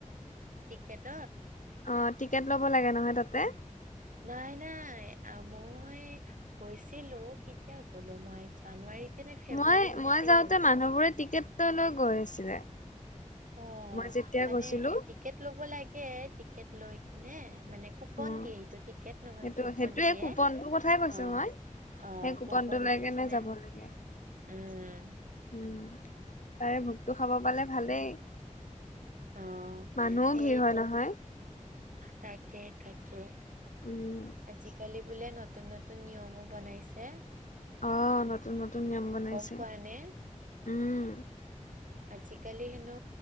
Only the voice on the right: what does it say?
ঠিকেটত?
নাই নাই, মই গৈছিলো কেতিয়া গলো মই জানুৱাৰীতে নে ফেব্ৰুৱাৰী
মাহতে
গ'লো
অ
মানে
টিকেট ল'ব লাগে, টিকেট লৈ কিনে মানে কুপন
দিয়ে সেইটো টিকেট নহয়
কুপন
দিয়ে
অ।
অ
কপন
দি
কিনে
উম।
অ
সেইটো
তাকে তাকে।
আজিকালি বোলে নতুন নতুন নিয়মো বনাইছে।
গম পোৱা নে
আজিকালি হেনো,